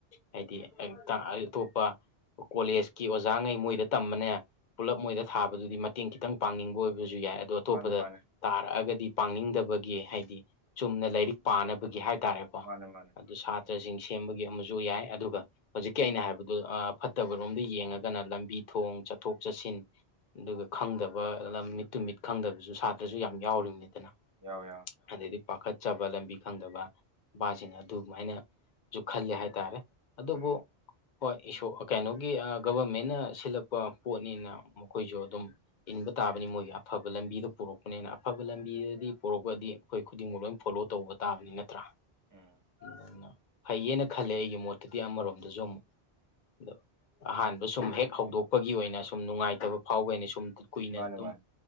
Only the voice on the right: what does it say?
ꯎꯝ
ꯎꯝ
ꯃꯥꯅꯦ ꯃꯥꯅꯦ
ꯎꯝ
ꯃꯥꯅꯦ ꯃꯥꯅꯦ
ꯎꯝ
ꯌꯥꯎꯋꯦ ꯌꯥꯎꯋꯦ
ꯎꯝ
ꯎꯝ
ꯎꯝ
ꯃꯥꯅꯦ
ꯃꯥꯅꯦ